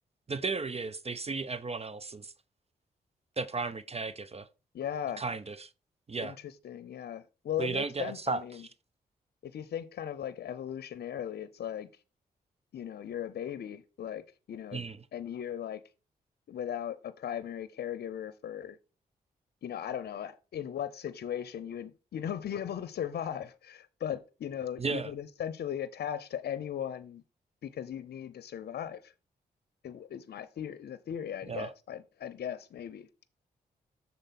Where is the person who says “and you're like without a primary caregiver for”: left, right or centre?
Left